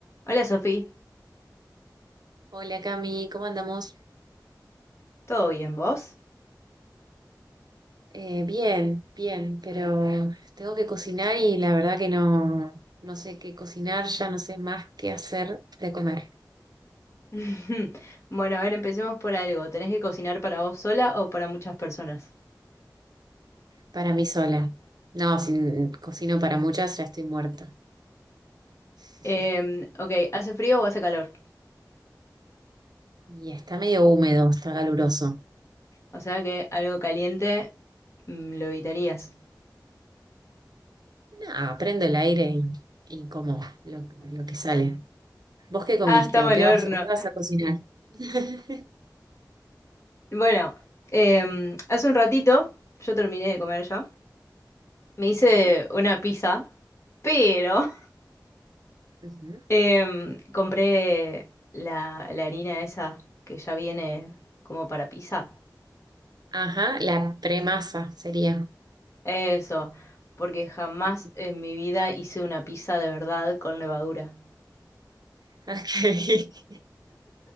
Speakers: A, on the left; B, on the right.
A: Hola Sofía,
B: Hola Cami, ¿cómo andamos?
A: ¿todo bien vos?
B: Eh, bien, bien, pero tengo que cocinar y la verdad que no, no sé qué cocinar, ya no sé más qué hacer de comer
A: <laughs> Bueno, a ver, empecemos por algo. ¿Tenés que cocinar para vos sola o para muchas personas?
B: para mí sola. No, si n- cocino para muchas ya estoy muerta. <laughs>
A: Em, ok, ¿hace frío o hace calor?
B: Y está medio húmedo, está caluroso.
A: O sea que algo caliente mm, lo evitarías. <laughs>
B: Nada, prendo el aire y, y como lo, lo que sale. ¿Vos qué comiste
A: Ah, estamos
B: o
A: al
B: qué
A: horno.
B: vas, o qué vas a cocinar? <laughs>
A: Bueno, em, hace un ratito yo terminé de comer ya. Me hice
B: Ujú,
A: una pizza, pero
B: ujú.
A: <laughs> em, compré la, la harina esa que ya viene como para pizza.
B: Ajá, la premasa sería.
A: Eso, porque jamás
B: Ujú.
A: en mi vida hice una pizza de verdad con levadura.
B: <laughs> Ok.